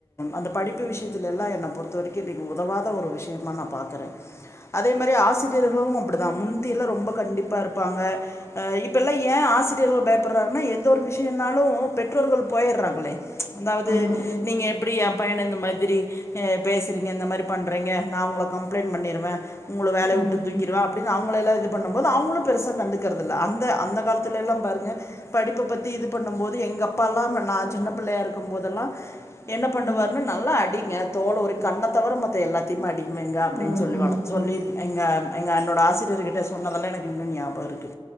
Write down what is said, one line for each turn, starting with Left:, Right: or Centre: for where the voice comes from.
Left: அந்த படிப்பு விஷியத்துல எல்லா என்ன பொறுத்த வரை திக்கு உதவாத ஒரு விஷியமா நா பாக்கினறே அதே மாரி ஆசிரியர்களு நம் ப்படிதா முந்தியில ரொம்ப கண்டிப் பா இருப்பாங்க அ இப்பெல்லா ஏ ஆசிரியர்கள் பயப்பற்றான்னா எந்த ஒரு விஷ் யன்னாலு பெற்றோர்கள் போயிற்றாங்களே அதாவது
Right: ஆமா.
Left: நீங்க எப்படி எ பையன இந்த மாதிரி அ பேசுறீங்க இந்த மாரி பண்றீங்க நா உங்கள கம்ப்ளைண்ட் பண்ணிருவே உங்கள வேலைய
Right: ஆமா.
Left: உட்டு தூக்கிருவே அப்படின்னு அவங்கள எல்லா இது பண்ணும்போது அவங்களு பெருச கண்டுக்கறதில்ல அந்த அந்த காலத்துல எல்லா பாருங்க படிப்ப பத்தி இது பண்ணும் போது எங்க அப்பா எல்லா நா சின்ன புள்ளையா இருக்கும் போதெல்லா என்ன பண்ணுவாருன்னா
Right: ம்.
Left: நல்லா அடிங்க தோல்ல உரி கண்ண தவிர மத்த எல்லாத்தைம் அடிங்மேங்கே அப்டின்
Right: ஆமா.
Left: சொல்லி வளத் சொல்லி எங்க எங்க அண்ணோட ஆசிரியர்கிட்டே சொன்னதெல்லா எனக்கு இன்னு ஞாபக இருக்கு